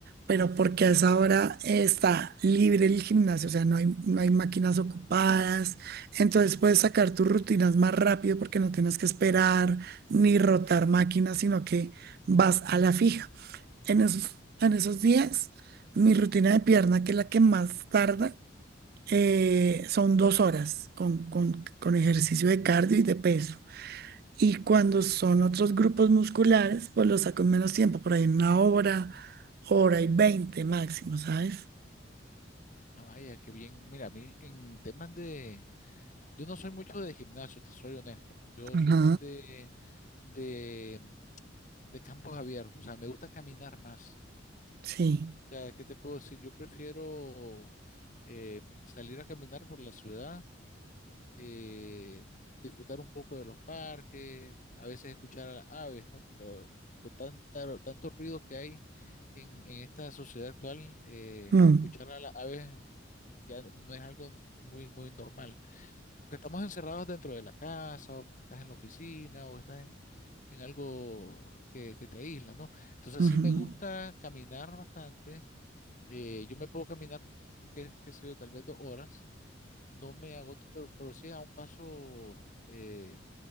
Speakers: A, on the right (about 50°); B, on the left (about 40°).
A: pero porque a esa hora eh, está libre el gimnasio, o sea, no hay, no hay máquinas ocupadas, entonces puedes sacar tus rutinas más rápido porque no tienes que esperar ni rotar máquinas, sino que vas a la fija. En esos, en esos días, mi rutina de pierna, que es la que más tarda, eh, son dos horas con, con- con ejercicio de cardio y de peso. Y cuando son otros grupos musculares, pues los saco en menos tiempo, por ahí en una hora, hora y veinte máximo, ¿sabes?
B: Ah, vaya, qué bien. Mira, a mí en temas de... Yo no soy mucho de gimnasio, te soy honesto. Yo
A: Ajá,
B: soy más de, de de campos abiertos, o sea, me gusta caminar más.
A: sí.
B: O sea, ¿qué te puedo decir? Yo prefiero eh, salir a caminar por la ciudad, eh, disfrutar un poco de los parques, a veces escuchar a las aves, ¿no? Porque ahora, con tanta, tantos ruidos que hay en, en esta sociedad actual, eh,
A: Mm,
B: escuchar a las aves ya no es algo muy, muy normal porque estamos encerrados dentro de la casa, o porque estás en la oficina, o estás en, en algo que, que te aísla, ¿no? Entonces
A: ujú,
B: sí me gusta caminar bastante. eh, yo me puedo caminar, qué, qué sé yo, tal vez dos horas. No me agoto, pero, pero sí a un paso eh,